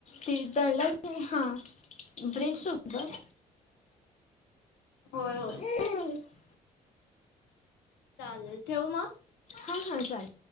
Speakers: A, on the left (about 45°); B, on the left (about 80°).
A: त तळलं हा ब्रेक सोबत
B: होय होय
A: हां
B: चालेल ठेवू मग
A: हा हा चालेल